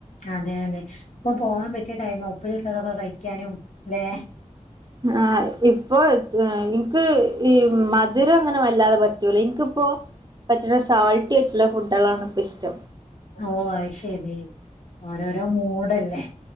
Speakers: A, on the left; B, on the right.
A: അതെ അതെ, ഇപ്പ പോവാൻ പറ്റിയ ടൈമാ, ഉപ്പിലിട്ടതൊക്കെ കഴിക്കാനും ല്ലേ?
B: ആ ഇപ്പൊ ഇൻക്ക് ഈ മധുരം അങ്ങനെ വല്ലാതെ പറ്റൂല എൻക്കിപ്പോ പറ്റുന്ന സാൾട്ടി ആയിട്ടുള്ള ഫുഡുകളാണ് ഇപ്പ ഇഷ്ടം.
A: ഓ അയ്ശരി ഓരോരോ മൂടല്ലേ.